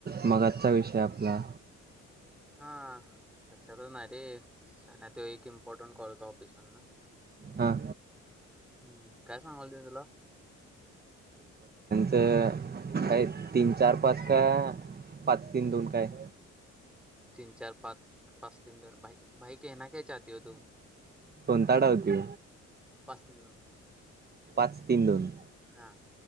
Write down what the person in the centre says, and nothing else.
हां लक्षातच नाय रे <unintelligible> तो एक इम्पॉर्टंट कॉल होता ऑफिसमदन
हम्म काय सांगालतो मी तुला
तीन चार पाच पाच तीन दिन भा भाई कहना क्या चाहते हो तुम
पाच तीन दोन
हा